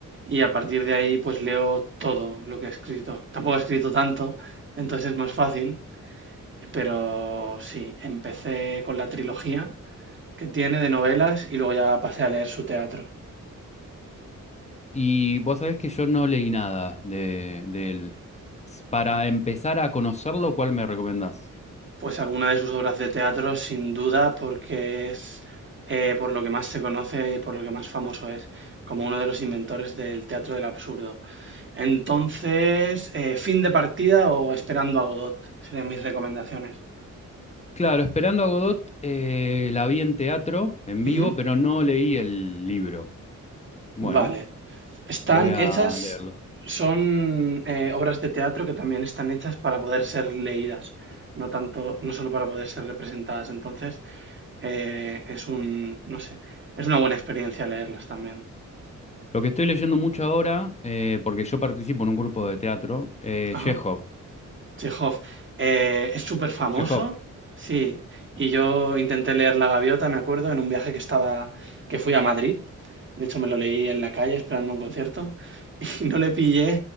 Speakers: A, on the right (about 40°); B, on the left (about 20°).
A: y a partir de ahí pues leo todo lo que ha escrito. Tampoco ha escrito tanto, entonces es más fácil, Pero sí, empecé con la trilogía que tiene de novelas y luego ya pasé a leer su teatro.
B: Y vos sabés que yo no leí nada de, de él. Para empezar a conocerlo, ¿cuál me recomendás?
A: Pues alguna de sus obras de teatro, sin duda, porque es eh, por lo que más se conoce y por lo que más famoso es, como uno de los inventores del teatro del absurdo. Entonces, eh, Fin de partida o Esperando a Godot serían mis recomendaciones.
B: Claro, Esperando a Godot, eh, la vi en teatro, en
A: Ujú.
B: vivo, pero no leí el libro. Bueno,
A: Vale, Están
B: voy a
A: hechas,
B: leerlo.
A: son eh, obras de teatro que también están hechas para poder ser leídas, no tanto, no solo para poder ser representadas. Entonces, eh, es un, no sé, es una buena experiencia leerlas también.
B: Lo que estoy leyendo mucho ahora, eh, porque yo participo en un grupo de teatro, eh,
A: Ajá.
B: Chekhov.
A: Chekhov, eh, es súper famoso,
B: Chekhov,
A: sí. Y yo intenté leer La Gaviota, me acuerdo, en un viaje que estaba, que fui a Madrid. De hecho, me lo leí en la calle esperando un concierto. <laughs> y no le pillé